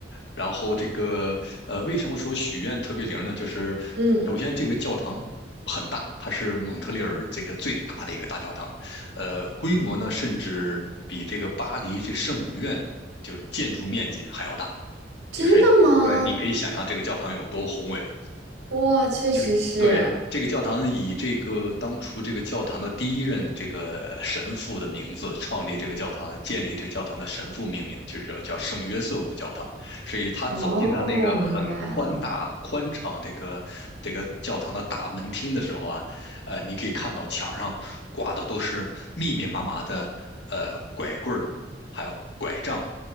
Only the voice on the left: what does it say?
然后这个呃，为什么说许愿特别灵呢？就是
首先这个教堂很大，它是蒙特利尔这个最大的一个大教堂，呃，规模呢，甚至比这个巴黎这圣母院就是建筑面积还要大。
就是对，你可以想象这个教堂有多宏伟，
就是对这个教堂以这个当初这个教堂的第一任这个神父的名字创立这个教堂，建立这个教堂的神父命名，就是叫圣约瑟夫教堂。所以他走进他那个很宽大、
宽敞这个这个教堂的大门厅的时候啊，呃，你可以看到墙上挂的都是密密麻麻的呃拐棍儿，还有拐杖。